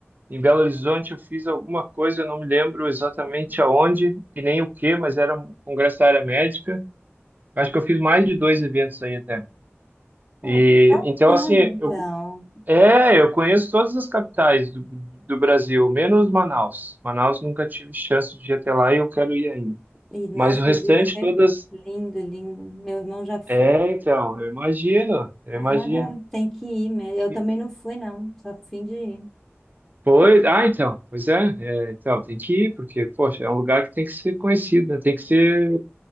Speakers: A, on the right (about 40°); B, in the centre.
A: em Belo Horizonte eu fiz alguma coisa, eu não me lembro exatamente aonde e nem o que, mas era um congresso da área médica. Acho que eu fiz mais de dois eventos aí até.
B: pô,
A: E
B: que bacana,
A: então assim,
B: então.
A: eu é, eu conheço todas as capitais do, do Brasil, menos Manaus. Manaus nunca tive chance de ir até lá e eu quero ir ainda.
B: E, nossa,
A: Mas o restante
B: ele disse que
A: todas.
B: é lindo, lindo. Meu irmão já foi.
A: É, então, eu imagino, eu
B: Cara,
A: imagino.
B: tem que ir mesmo. Eu
A: E-
B: também não fui, não. Só fim de ir.
A: Pois, ah, então, pois é, é, então, tem que ir, porque, poxa, é um lugar que tem que ser conhecido, né? Tem que ser,